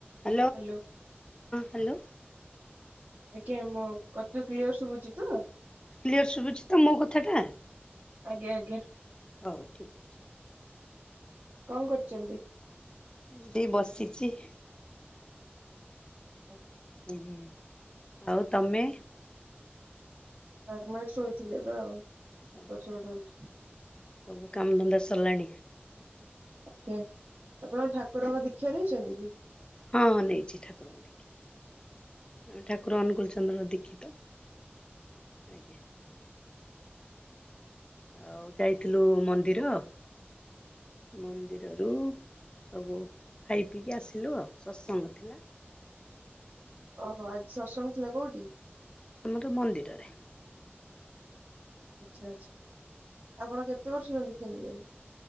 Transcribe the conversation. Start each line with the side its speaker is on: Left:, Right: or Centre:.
Left: ହଁ
Right: ହ୍ୟାଲୋ
Left: ହାଲୋ।
Right: ଆଜ୍ଞା ମୋ କଥା କ୍ଲିୟର ଶୁଭୁଛି ତ?
Left: କ୍ଲିୟର୍ ଶୁଭୁଛି ତ ମୋ କଥାଟା?
Right: ଆଜ୍ଞା ଆଜ୍ଞା।
Left: ହଉ ଠିକ୍ ଅଛି।
Right: କଣ କରୁଛନ୍ତି?
Left: ଏଇଟି ବସିଚି ‌।
Right: ଓଃ।
Left: ଉଁ ହୁଁ ଆଉ ତମେ?
Right: ଆ ମୁଁ ଏଇଠି ଶୋଇଥିଲି ଏବେ ଆଉ
Left: ଆଚ୍ଛା
Right: ଏପଟ ସେପଟ ହୋଉଛି।
Left: ସବୁ କାମଧନ୍ଦା ସରିଲାଣି?
Right: ଆଜ୍ଞା ଆପଣ ଠାକୁରଙ୍କ ଦୀକ୍ଷା ନେଇଛନ୍ତି କି?
Left: ହଁ ନେଇଛି ଠାକୁରଙ୍କ ଦୀକ୍ଷା। ଆମେ ଠାକୁର ଅନୁକୁଳଚନ୍ଦ୍ର ଦୀକ୍ଷିତ ଆଜ୍ଞା। ଆଉ ଯାଇଥିଲୁ ମନ୍ଦିର ମନ୍ଦିରରୁ ସବୁ ଖାଇ ପିଇକି ଆସିଲୁ ଆଉ ସତ୍ସଙ୍ଗ ଥିଲା।
Right: ଓହୋ ଆଜି ସତ୍ସଙ୍ଗ ଥିଲା କୋଉଠି?
Left: ଆମର ମନ୍ଦିରରେ।
Right: ଆଚ୍ଛା ଆଚ୍ଛା ଆପଣ କେତେ ବର୍ଷ ହେଲା ଦୀକ୍ଷା ନେଲେଣି?